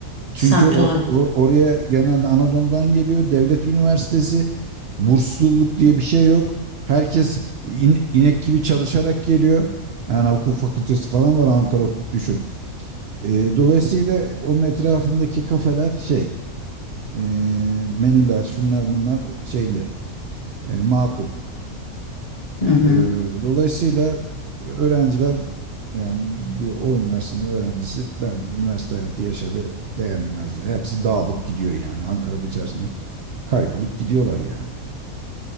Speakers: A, on the right; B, on the left.
A: Çünkü
B: Semt
A: o,
B: olarak.
A: o- oraya genelde Anadolu'dan geliyor. Devlet üniversitesi bursluluk diye bir şey yok. Herkes in- inek gibi çalışarak geliyor. Yani hukuk fakültesi falan var Ankara Hukuk düşün. E, dolayısıyla onun etrafındaki kafeler şey e, menüler şunlar bunlar şeyli e, makul.
B: Hı hı.
A: Ee, dolayısıyla öğrenciler yani bir- o üniversitenin öğrencisi ben üniversite hayatı yaşadı diyemez. yani. Hepsi dağılıp gidiyor yani Ankara'nın içerisinde kaybolup gidiyorlar yani.